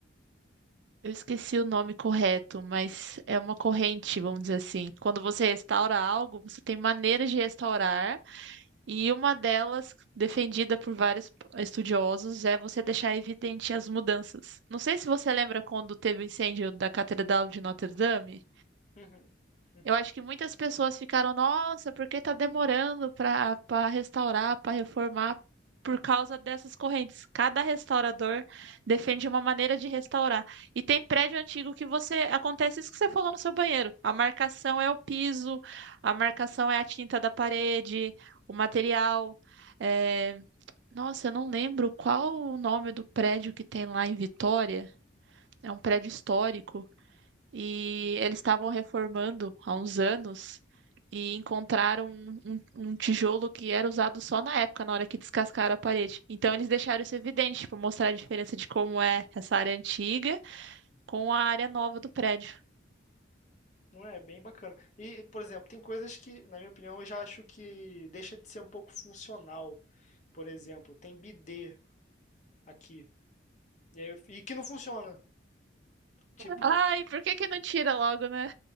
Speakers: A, on the right; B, on the left.
A: Eu esqueci o nome correto, mas é uma corrente, vamos dizer assim. Quando você restaura algo, você tem maneiras de restaurar, e uma delas, defendida por vários estudiosos, é você deixar evidente as mudanças. Não sei se você lembra quando teve o incêndio da Catedral de Notre Dame.
B: Uhum, uhum.
A: Eu acho que muitas pessoas ficaram, nossa, por que tá demorando para para restaurar, para reformar, por causa dessas correntes. Cada restaurador defende uma maneira de restaurar. E tem prédio antigo que você acontece isso que você falou no seu banheiro. A marcação é o piso, a marcação é a tinta da parede, o material. é, Nossa, eu não lembro qual o nome do prédio que tem lá em Vitória. É um prédio histórico e eles estavam reformando há uns anos e encontraram um, um- um tijolo que era usado só na época, na hora que descascaram a parede. Então eles deixaram isso evidente, para mostrar a diferença de como é essa área antiga com a área nova do prédio.
B: Não é? É Bem bacana. E, por exemplo, tem coisas que, na minha opinião, eu já acho que deixa de ser um pouco funcional. Por exemplo, tem bidê aqui. E, aí eu e que não funciona. Tipo,
A: Ai, por que que não tira logo, né?